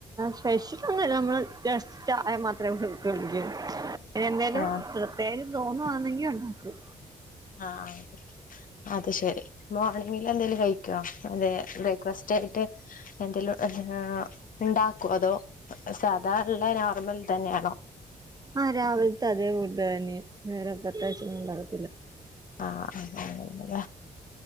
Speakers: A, on the right; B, on the left.
A: സ്പെഷ്യൽ ഒന്നുല്ല നമ്മള് ജസ്റ്റ് ചായ മാത്രേ കുടിക്കെള്ളു എന്തേനു
B: ആഹ്
A: പ്രത്യേകിച്ച് തോന്നുവാണങ്കി ഉണ്ടാക്കും
B: ആ അ ആയിക്കോട്ടെ അത് ശെരി മോർണിങ്ങിൽ എന്തേലും കഴിക്കോ അതെ ബ്രേക്ക്ഫാസ്റ്റ് ആയിട്ട്? എന്തേലും ആഹ് ഇണ്ടാക്കോ അതോ സാധാ ഇള്ള നോർമൽ തന്നെയാണോ?
A: ആഹ് രാവിലത്തെ അതേ ഫുഡ്തന്നെയാ വേറെ പ്രത്യേകിച്ചൊന്നും ഒണ്ടക്കത്തില്ല.
B: ആഹ <unintelligible>